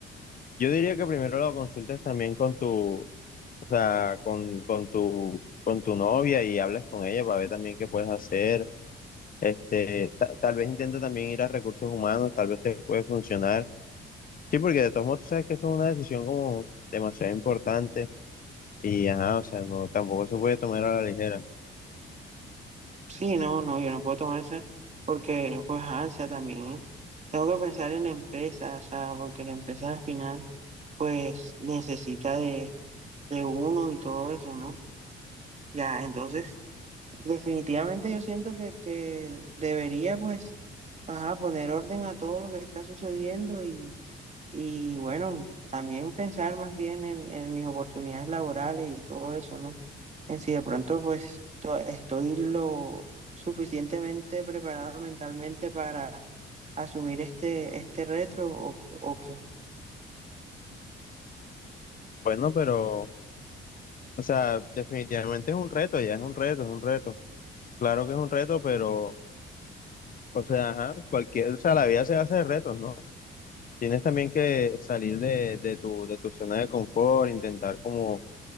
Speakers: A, on the left; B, on the right.
A: yo diría que primero lo consultes también con tu, o sea, con, con tu, con tu novia y hables con ella para ver también qué puedes hacer. Este, ta- tal vez intenta también ir a recursos humanos, tal vez te puede funcionar. Sí, porque de todos modos tú sabes que eso es una decisión como demasiado importante y ajá, o sea, no, tampoco se puede tomar a la ligera.
B: Sí, no, no, yo no puedo tomar esa porque pues ansia también, ¿eh? Tengo que pensar en la empresa, o sea, porque la empresa al final pues necesita de de uno y todo eso, ¿no? Ya, entonces, definitivamente yo siento que, que debería, pues, ajá, poner orden a todo lo que está sucediendo y, y bueno, también pensar más bien en, en mis oportunidades laborales y todo eso, ¿no? En si de pronto, pues, to- estoy lo suficientemente preparado mentalmente para asumir este, este reto o, o qué.
A: Bueno, pero, o sea, definitivamente es un reto, ya es un reto, es un reto. Claro que es un reto, pero, o sea, ajá, cualquier, o sea, la vida se hace de retos, ¿no? Tienes también que salir de, de tu, de tu zona de confort, intentar como,